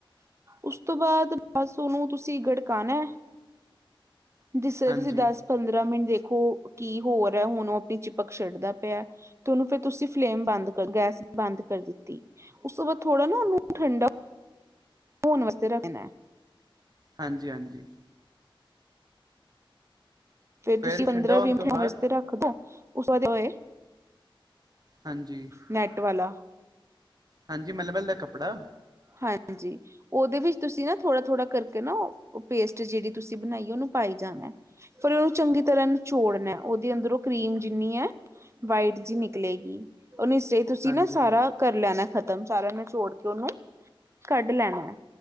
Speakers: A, on the right (about 30°); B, on the right (about 45°).
A: ਉਸ ਤੋਂ ਬਾਅਦ ਬਸ ਓਨੂੰ ਤੁਸੀਂ ਗੜਕਾਨਾ। ਜਿਸ
B: ਹਾਂਜੀ
A: ਤੁਸੀਂ ਦੱਸ ਪੰਦਰਾਂ ਮਿੰਟ ਦੇਖੋ ਕੀ ਹੋ ਰਿਹਾ, ਹੁਣ ਉਹ ਆਪਣੀ ਚਿਪਕ ਛੱਡਦਾ ਪੇਆ ਤੇ ਓਨੂੰ ਫਿਰ ਤੁਸੀਂ ਫਲੇਮ ਬੰਦ ਕਰ ਗੈਸ ਬੰਦ ਕਰ ਦਿੱਤੀ, ਉਸ ਤੋਂ ਬਾਅਦ ਥੋੜਾ ਨਾ ਓਨੂੰ ਠੰਡਾ ਹੁਣ ਵਾਸਤੇ ਰੱਖਣਾ।
B: ਹਾਂਜੀ, ਹਾਂਜੀ।
A: ਫੇਰ
B: ਫਿਰ
A: ਤੁਸੀਂ ਪੰਦਰਾਂ,
B: ਠੰਡਾ ਹੋਣ
A: ਵੀਹ ਮਿੰਟ
B: ਤੋਂ ਬਾਅਦ
A: ਵਾਸਤੇ ਰੱਖਦਾ ਉਸ ਬਾਦ ਹੋਏ
B: ਹਾਂਜੀ।
A: ਨੈੱਟ ਵਾਲਾ।
B: ਹਾਂਜੀ ਮਲ -ਮਲ ਦਾ ਕੱਪੜਾ
A: ਹਾਂਜੀ। ਓਦੇ ਵਿੱਚ ਤੁਸੀਂ ਨਾ ਥੋੜ੍ਹਾ- ਥੋੜ੍ਹਾ ਕਰਕੇ ਨਾ ਓ ਪੇਸਟ ਜੇੜੀ ਤੁਸੀਂ ਬਣਾਈ ਆ ਓਨੂੰ ਪਾਈ ਜਾਣਾ। ਫੇਰ ਓਨੂੰ ਚੰਗੀ ਤਰ੍ਹਾਂ ਨਚੋੜਨਾ, ਓਦੇ ਅੰਦਰੋਂ ਕਰੀਮ ਜਿੰਨੀ ਐ ਵਾਈਟ ਜੀ ਨਿਕਲੇਗੀ ਓਨੂੰ ਇਸੇ ਤੁਸੀਂ
B: ਹਾਂਜੀ
A: ਨਾ ਸਾਰਾ
B: ਹਾਂਜੀ
A: ਕਰ ਲੈਣਾ ਖ਼ਤਮ ਸਾਰਾ ਨਿਚੋੜ ਕੇ ਓਨੂੰ ਕੱਢ ਲੈਣਾ ਆ,